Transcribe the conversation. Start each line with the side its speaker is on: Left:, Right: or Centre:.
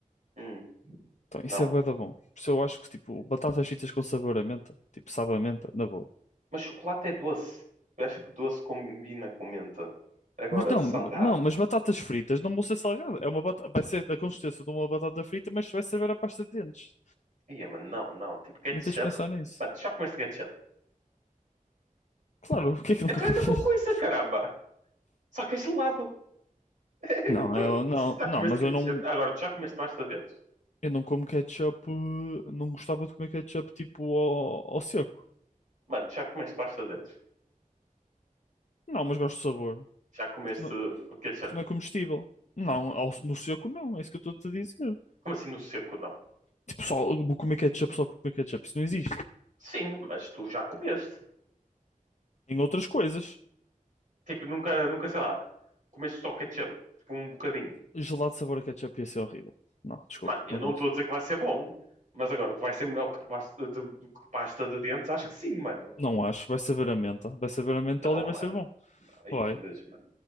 Right: Hum,
Left: Então,
Right: não.
Left: isso é bué da bom. Por isso eu acho que, tipo, batatas fritas com sabor a menta. Tipo, sabe a menta, na boa.
Right: Mas chocolate é doce. Eu acho que doce combina com menta. Agora,
Left: Mas não,
Right: salgado?
Left: m- não, mas batatas fritas não vão ser salgadas. É uma batata, vai ser a consistência de uma batata frita, mas vai saber a pasta de dentes.
Right: Ia, mano, não, não. Tipo, ketchup.
Left: Não tens de pensar nisso.
Right: Mano, tu já comeste ketchup.
Left: Claro, o que é que nunca...
Right: Então
Left: <laughs>
Right: é a mesma coisa, caramba. Só que é gelado. <laughs>
Left: Não,
Right: Então,
Left: eu
Right: tu
Left: não,
Right: já
Left: não,
Right: comeste
Left: mas
Right: ketchup.
Left: eu não,
Right: Agora, tu já comeste pasta de dentes.
Left: eu não como ketchup, eh, não gostava de comer ketchup tipo ao, ao seco.
Right: Mano, tu já comeste pasta de dentes.
Left: Não, mas gosto de sabor,
Right: Já comeste
Left: porque não,
Right: ketchup.
Left: porque não é comestível. Não, ao- no seco não, é isso que eu estou-te a dizer.
Right: Como assim no seco, não?
Left: Tipo, só vou comer ketchup só por comer ketchup. Isso não existe.
Right: Sim, mas tu já comeste.
Left: Em outras coisas,
Right: Tipo, nunca, nunca, sei lá, comeste só ketchup. Tipo, um bocadinho.
Left: gelado de sabor a ketchup ia ser horrível. Não, desculpa,
Right: Mano, eu
Left: não
Right: não
Left: gosto.
Right: estou a dizer que vai ser bom, mas agora, que vai ser melhor que pasta de, do que pasta de dentes, acho que sim, mano.
Left: Não acho. Vai saber a menta. Vai saber a mentol
Right: Não,
Left: e
Right: mano.
Left: vai ser bom.
Right: Não, aí
Left: Vai.
Right: que nojo, mano.